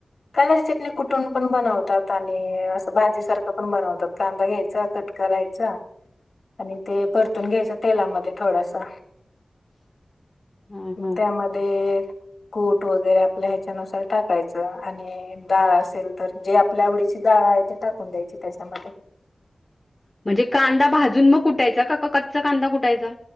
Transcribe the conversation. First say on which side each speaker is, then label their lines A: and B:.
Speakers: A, on the left (about 70°); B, on the left (about 30°).
A: कांद्याची चटणी कुठून पण बनवतात आणि असं भाजी सारखं पण बनवतात कांदा घ्यायचा क करायचा आणि ते परतून घ्यायच तेलामध्ये थोडसा.
B: <inaudible>
A: मग
B: ह
A: त्यामध्ये कुट वगैरे आपल्या ह्याच्यानुसार टाकायचं. आणि डाळ असेल तर जे आपल्या आवडीची डाळ आहे ते टाकून द्यायची त्याच्यामध्ये
B: म्हणजे कांदा भाजून मग कुटायचा का का कच्चा कांदा कुटायचा